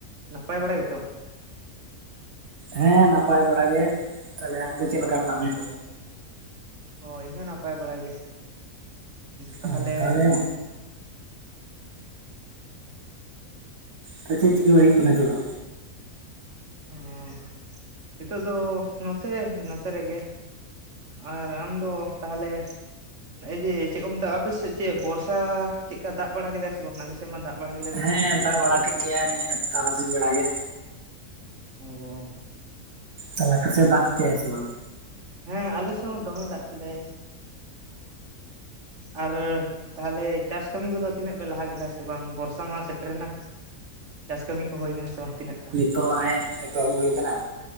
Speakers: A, on the right; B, on the right.
A: ᱱᱟᱯᱟᱭ ᱵᱟᱲᱟ ᱜᱮᱛᱚ?
B: ᱦᱮᱸ ᱱᱟᱯᱟᱭ ᱵᱟᱲᱟ ᱜᱮ ᱛᱟᱦᱚᱞᱮ ᱟᱢᱜ ᱪᱮᱫ ᱞᱮᱠᱟ ᱢᱮᱱᱟᱜ ᱢᱮᱭᱟ?
A: ᱚ ᱚ ᱤᱧ ᱦᱚᱸ ᱱᱟᱯᱟᱭ ᱵᱟᱲᱟ ᱜᱮ ᱛᱟᱦᱚᱞᱮᱼᱼ
B: ᱚ ᱛᱟᱦᱚᱞᱮ ᱪᱮᱫ ᱪᱤᱠᱟᱹᱭ ᱦᱩᱜ ᱠᱟᱱᱟ ᱱᱤᱛᱚᱜ ᱫᱚ᱾
A: ᱦᱚᱸ ᱱᱤᱛᱚᱜ ᱫᱚ ᱱᱚᱛᱮ ᱱᱚᱛᱮ ᱨᱮᱜᱮᱼᱼ ᱟᱨ ᱟᱢᱫᱚ ᱛᱟᱦᱚᱞᱮᱼᱼ ᱡᱮ ᱪᱮᱫ ᱠᱚ ᱢᱮᱛᱟᱜᱼᱟ ᱟᱯᱮᱥᱮᱫ ᱪᱮᱫ ᱵᱚᱨᱥᱟ ᱪᱮᱫᱠᱟ ᱫᱟᱜ ᱵᱟᱲᱟ ᱠᱮᱫᱟᱭ ᱥᱮ ᱵᱟᱝ ᱟᱞᱮᱥᱮᱫ ᱢᱟ ᱫᱟᱜ ᱵᱟᱲᱟ ᱠᱮᱫᱟᱭ ᱫᱚᱢᱮ?
B: ᱦᱮᱸ ᱫᱟᱜ ᱵᱟᱲᱟ ᱠᱮᱫ ᱜᱮᱭᱟᱭ ᱱᱤᱭᱟᱹ ᱛᱟᱨᱟᱥᱤᱧ ᱵᱮᱲᱟ ᱜᱮ᱾
A: ᱚᱻ
B: ᱛᱟᱦᱞᱮ ᱟᱯᱮ ᱥᱮᱫ ᱫᱟᱜ ᱠᱮᱜᱼᱟᱭ ᱥᱮ ᱵᱟᱝ?
A: ᱦᱮᱸ ᱟᱞᱮ ᱥᱮᱫ ᱦᱚᱸ ᱫᱚᱢᱮ ᱫᱟᱜ ᱠᱮᱫᱟᱭ᱾ ᱟᱨᱼᱼ ᱛᱟᱦᱚᱞᱮ ᱪᱟᱥ ᱠᱟᱹᱢᱤ ᱠᱚ ᱫᱚ ᱛᱤᱱᱟᱹᱜ ᱯᱮ ᱞᱟᱦᱟ ᱠᱮᱫᱟ ᱥᱮ ᱵᱟᱝ? ᱵᱚᱨᱥᱟ ᱢᱟ ᱥᱮᱴᱨ ᱮᱱᱟ? ᱪᱟᱥ ᱠᱟᱹᱢᱤ ᱠᱚ ᱦᱩᱭ ᱟᱠᱟᱱᱟ ᱥᱮ ᱵᱟᱝ ᱛᱤᱱᱟᱹᱜ?
B: ᱛᱚ ᱦᱮᱸᱜᱼᱮ ᱮᱛᱚᱦᱚᱵ ᱦᱩᱭ ᱠᱟᱱᱟ,